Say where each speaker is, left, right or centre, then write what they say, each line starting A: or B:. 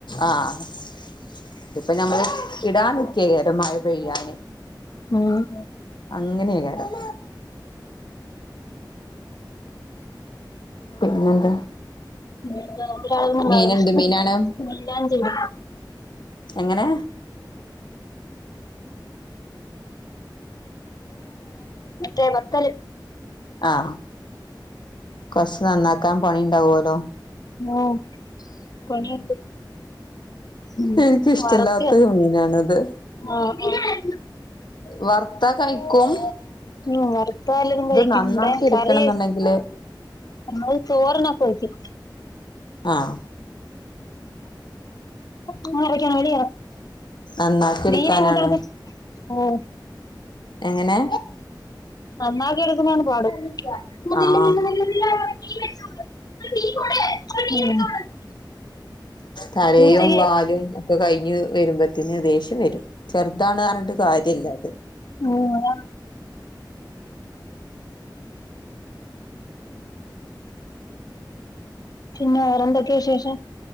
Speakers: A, on the left; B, on the left.
A: ആഹ് ഇതിപ്പോ ഞമ്മള് ഇടാൻനിക്കിയേ കേര മഴ പെയ്യാന്
B: ഉം
A: അങ്ങനെയക്കാരം <unintelligible> പിന്നെന്താ
B: പിന്നെന്താ ഒരാളൊന്നും
A: മീനെന്ത്
B: വയലിഷ്ടം
A: മീനാണ്
B: പിന്നെ എല്ലാം ചെയ്യും
A: എങ്ങനെ
B: <unintelligible> പത്തൽ
A: ആഹ് കൊറച്ച് നന്നാക്കാൻ പണി ഉണ്ടാവല്ലോ
B: ഓഹ് പണിഇണ്ട് ഉം
A: എനിക്കിഷ്ടല്ലാത്ത
B: വറക്ക
A: മീനാണത്
B: ആഹ് ആഹ്
A: വറത്ത കയ്ക്കും
B: ഉം വറുത്ത എല്ലാരും കഴിക്കും
A: നന്നാക്കി
B: ഇവിടെ
A: എടുക്കണം
B: കറി
A: എന്നുണ്ടെങ്കില്
B: നമ്മള് തൊറന് ഒക്കെ ഒഴിക്കും
A: ആഹ്
B: <unintelligible>
A: നന്നാക്കി എടുക്കാനാണ്
B: മീൻ അങ്ങോട്ട് എടുത്ത് ഓ
A: എങ്ങനെ
B: നന്നാക്കി എടുക്കുന
A: <unintelligible>
B: <unintelligible>
A: ആഹ് തലയും
B: പൂച്ചയ്ക്ക്
A: വാലും ഒക്കെ കഴിഞ്ഞ് വരുമ്പോത്തിന് ദേഷ്യം വരും ചെറുതാണ് പറഞ്ഞിട്ട് കാര്യല്ല അത്
B: മ് അതാ പിന്നെ വേറെന്തൊക്കെയ വിശേഷം